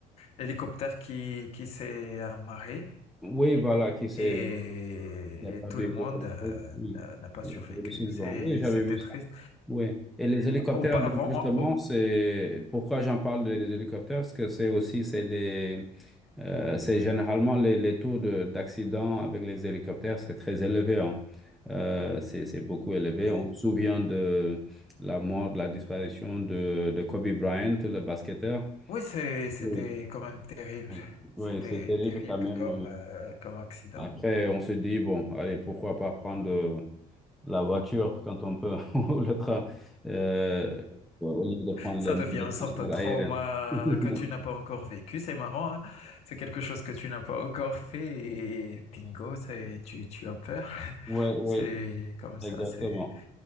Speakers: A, on the left; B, in the centre.
A: l'hélicoptère qui, qui s'est amarré
B: Oui, voilà, qui s'est
A: et,
B: qui a perdu
A: et tout le monde
B: les contrôles.
A: euh,
B: Oui,
A: n'a n'a pas
B: il
A: survécu.
B: y a perdu ce survivants.
A: C'est-
B: Oui, j'avais
A: C'était
B: vu ça.
A: triste.
B: Oui. Et les hélicoptères,
A: Auparavant,
B: donc justement,
A: oh, oh,
B: c'est pourquoi j'en parle des des hélicoptères, parce que c'est aussi, c'est des, euh, c'est généralement les, les taux de- d'accident avec les hélicoptères, c'est très élevé. hein. Euh, c'est, c'est beaucoup élevé.
A: ouais.
B: On se souvient de la mort, de la disparition de, de Kobe Bryant, le basketteur.
A: oui, c'est- c'était
B: Oui,
A: quand même terrible.
B: oui,
A: C'était
B: Oui, c'est terrible
A: terrible
B: quand même.
A: comme, euh, comme accident.
B: Après, on se dit, bon, allez, pourquoi pas prendre euh, la voiture quand on peut, <laughs> ou le train, euh, au lieu de prendre
A: Ça
B: les moyens
A: devient une
B: de
A: sorte
B: transport
A: de trauma
B: aérien. <laughs>
A: que tu n'as pas encore vécu. C'est marrant, hein C'est quelque chose que tu n'as pas encore fait et, et bingo, c'est, tu, tu as peur. <laughs>
B: Oui, oui,
A: C'est comme
B: exactement.
A: ça, c'est...